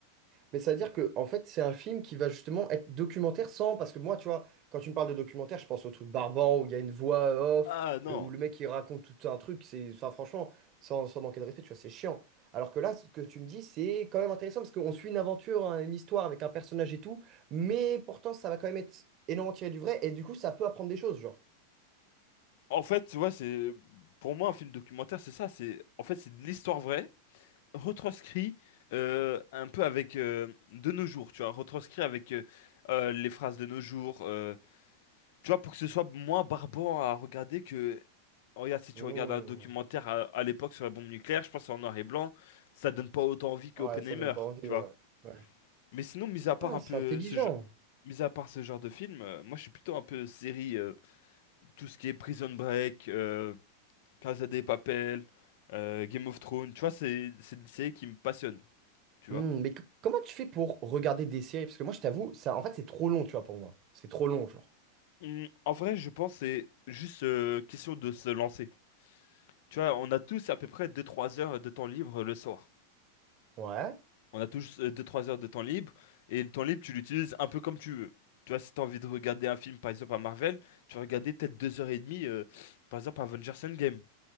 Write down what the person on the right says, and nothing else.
Mais ça veut dire que, en fait, c'est un film qui va justement être documentaire sans. Parce que moi, tu vois, quand tu me parles de documentaire, je pense au truc Barbant où il y a une voix off,
le- où le mec il raconte tout un truc. C'est, enfin, franchement, sans, sans manquer de respect, tu vois, c'est chiant. Alors que là, ce que tu me dis, c'est quand même intéressant parce qu'on suit une aventure, hein, une histoire avec un personnage et tout. Mais pourtant, ça va quand même être énormément tiré du vrai. Et du coup, ça peut apprendre des choses, genre.
Hmm.
Ouais,
ça donne pas envie,
ouais. Ouais.
Ah,
c'est intelligent.
Hmm,
mais c- comment tu fais pour regarder des séries? Parce que moi, je t'avoue, ça, en fait, c'est trop long, tu vois, pour moi. C'est trop long, genre.
Ouais.